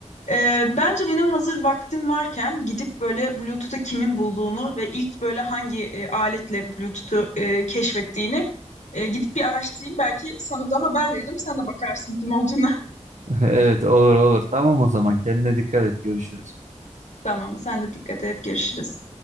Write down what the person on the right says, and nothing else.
<laughs> Evet olur olur. Tamam o zaman kendine dikkat et. Görüşürüz.